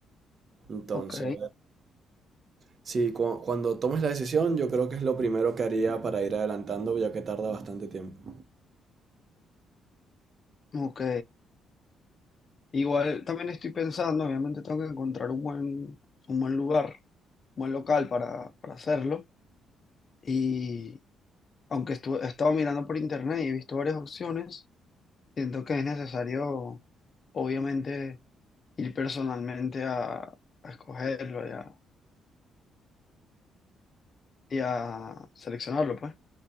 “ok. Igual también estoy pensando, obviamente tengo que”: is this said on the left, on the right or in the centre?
Left